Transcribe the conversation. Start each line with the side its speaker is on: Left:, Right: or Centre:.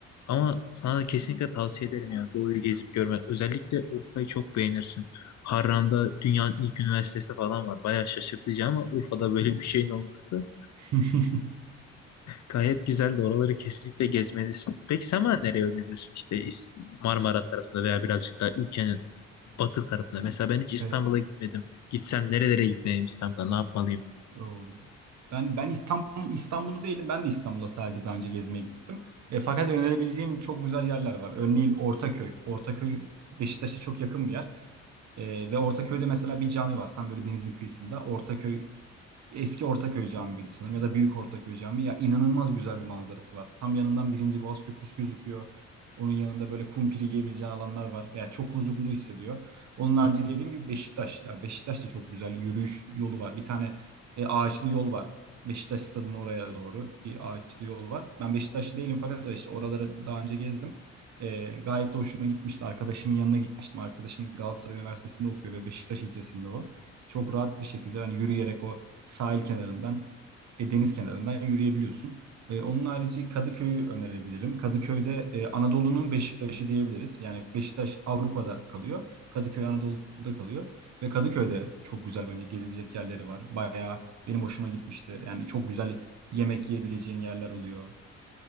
Left: Ama sana kesinlikle tavsiye ederim ya doğuyu gezip görmen. Özellikle Urfa'yı çok beğenirsin. Harran'da dünyanın ilk üniversitesi falan var. Bayağı şaşırtıcı ama Urfa'da böyle bir şeyin olması
Right: <laughs>
Left: gayet güzel de oraları kesinlikle gezmelisin. Peki sen bana nereye önerirsin işte İs- Marmara tarafında veya birazcık daha ülkenin batı tarafında. Mesela ben hiç İstanbul'a
Right: Ee,
Left: gitmedim. Gitsem nerelere gitmeliyim İstanbul'da ne yapmalıyım?
Right: o- ben ben İstanbul İstanbul'u değilim. Ben de İstanbul'a sadece daha önce gezmeye gittim. E, fakat önerebileceğim çok güzel yerler var. Örneğin Ortaköy. Ortaköy Beşiktaş'a çok yakın bir yer. E, ve Ortaköy'de mesela bir cami var. Tam böyle denizin kıyısında. Ortaköy Eski Ortaköy Camii'ydi sanırım ya da Büyük Ortaköy Camii. Ya inanılmaz güzel bir manzarası var. Tam yanından Birinci Boğaz Köprüsü gözüküyor. Onun yanında böyle kumpiri yiyebileceği alanlar var. Yani çok huzurlu hissediyor. Onun harici dediğim gibi Beşiktaş. Ya Beşiktaş'ta çok güzel yürüyüş yolu var. Bir tane e, ağaçlı yol var. Beşiktaş stadının oraya doğru bir ağaçlı yol var. Ben Beşiktaşlı değilim fakat işte oraları daha önce gezdim. E, gayet de hoşuma gitmişti. Arkadaşımın yanına gitmiştim. Arkadaşım Galatasaray Üniversitesi'nde okuyor ve Beşiktaş ilçesinde o. Çok rahat bir şekilde hani yürüyerek o sahil kenarından, e, deniz kenarından yürüyebiliyorsun. E, onun harici Kadıköy'ü önerebilirim. Kadıköy'de e, Anadolu'nun Beşiktaş'ı diyebiliriz. Yani Beşiktaş Avrupa'da kalıyor. Kadıköy Anadolu'da kalıyor. Ve Kadıköy'de çok güzel bence gezilecek yerleri var. Bayağı benim hoşuma gitmişti. Yani çok güzel yemek yiyebileceğin yerler oluyor.